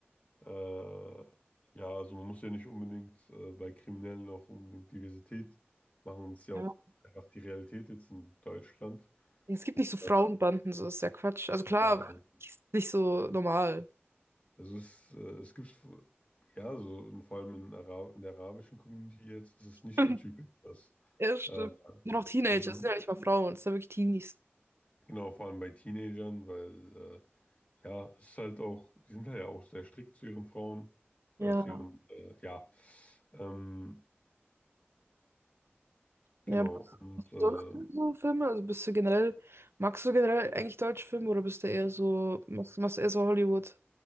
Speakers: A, on the left; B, on the right.
A: Äh, ja, also man muss ja nicht unbedingt äh, bei Kriminellen auch unbedingt Diversität machen. Und es ist ja
B: ja.
A: auch einfach die Realität jetzt in Deutschland.
B: Es gibt nicht so Frauenbanden,
A: Dass,
B: so ist ja Quatsch. Also klar,
A: ja, also
B: ist nicht so normal.
A: also es, äh, es gibt, ja, so und vor allem in, Ara in der arabischen Community jetzt ist es
B: <laughs>
A: nicht so typisch, dass,
B: Ja, stimmt.
A: äh,
B: Nur noch Teenager,
A: also,
B: das sind ja nicht mal Frauen, das sind ja wirklich Teenies.
A: genau, vor allem bei Teenagern, weil, äh, ja, es ist halt auch, die sind halt ja auch sehr strikt zu ihren Frauen
B: Ja,
A: oder zu ihren, äh, ja, ähm, genau,
B: ja.
A: und,
B: Was
A: äh,
B: sonst so Filme? Also bist du generell, magst du generell eigentlich deutsche Filme oder bist du eher so, machst, machst du eher so Hollywood?